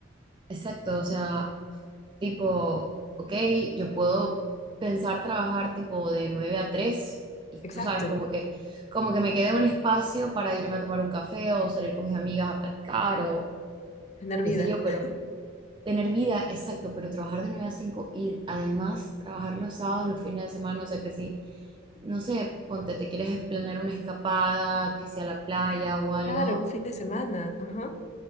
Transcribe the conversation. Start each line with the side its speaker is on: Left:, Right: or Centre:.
Right: Exacto, o sea, tipo, ok, yo puedo pensar trabajar tipo de 9 a 3 y
Left: Exacto,
Right: tú sabes, como que, como que me quede un espacio para irme a tomar un café o salir con mis amigas a platicar o
Left: tener vida.
Right: qué sé yo, pero
Left: <laughs>
Right: Tener vida, exacto, pero trabajar de 9 a 5 y además trabajar los sábados, los fines de semana, o sea que si, no sé, ponte, te quieres planear una escapada, que sea a la playa o algo
Left: Claro, un fin de semana. Ajá.